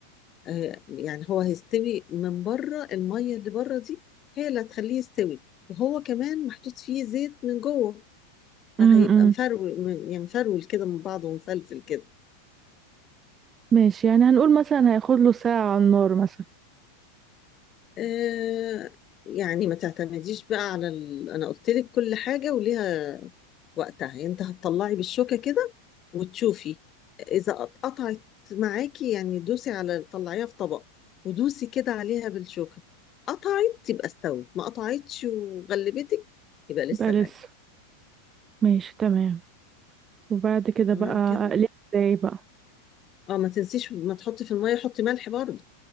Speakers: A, on the left; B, on the right.
A: آه يعني هو هيستوي من بره المية اللي بره دي هي اللي هتخليه يستوي وهو كمان محطوط فيه زيت من جوه فهيبقى
B: امم
A: مفرول م- يعني مفرول كده من بعضه ومفلفل كده
B: ماشي يعني هنقول مثلا هياخد له ساعة على النار مثلا
A: آه يعني ما تعتمديش بقى على ال... انا قلت لك كل حاجه وليها وقتها يعني انت هتطلعي بالشوكه كده وتشوفي اذا قطعت معاكي يعني دوسي على طلعيها في طبق ودوسي كده عليها بالشوكه قطعت يبقى استوت ما قطعتش وغلبتك يبقى لسه
B: بقى لسه
A: ني
B: ماشي تمام وبعد كده
A: تمام
B: بقى اقلب
A: كده
B: ازاي بقى
A: اه ما تنسيش ما تحطي في الميه حطي ملح برضه